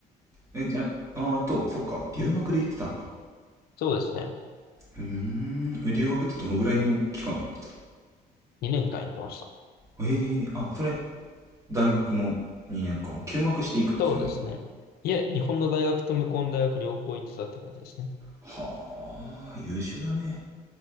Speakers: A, on the right (about 20°); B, on the left (about 65°).
A: え、じゃあ、あと、そっか、留学で行ってたのか。
B: そうですね。
A: うーん。え留学ってどのぐらいの期間行ってた
B: 2年間行ってました。
A: のえーあ、それ、大学の2年間休学していくのそういうのって。
B: そうですね。いえ、日本の大学と向こうの大学両方行ってたって感じですね。
A: はあ、優秀だね。